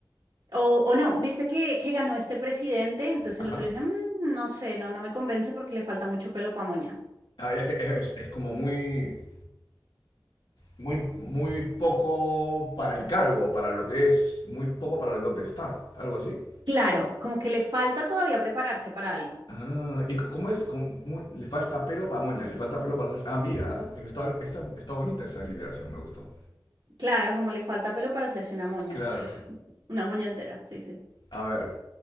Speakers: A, on the right; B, on the left.
A: O, o no, viste que, que ganó este presidente, entonces
B: Ajá.
A: el otro dice, "Mm, no sé, no, no me convence porque le falta mucho pelo para moña.
B: Ay, es que es, es como muy, muy, muy poco para el cargo, para lo que es, muy poco para el dónde está, algo así.
A: Claro, como que le falta todavía prepararse para algo.
B: Ah, ¿y c- cómo es? ¿Cómo- mu- le falta pelo para moña, le falta pelo para hacer... Ah, mira, ¿eh? está, está, está bonita esa literación, me gustó.
A: Claro, como le falta pelo para hacerse una moña.
B: Claro.
A: <laughs> Una moña entera, sí, sí.
B: A ver,